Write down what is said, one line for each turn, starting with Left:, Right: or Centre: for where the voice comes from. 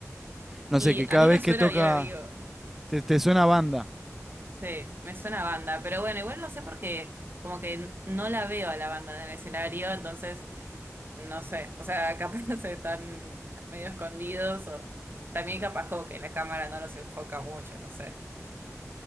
Centre: No
Right: Y
Centre: sé, que cada
Right: a mí
Centre: vez
Right: me
Centre: que
Right: suena
Centre: toca
Right: bien amigo.
Centre: te, te suena a banda.
Right: Sí, me suena a banda. Pero bueno, igual no sé porque como que no la veo a la banda en el escenario, entonces no sé. O sea, capaz <laughs> se están medio escondidos o también capaz como que la cámara no los enfoca mucho, no sé.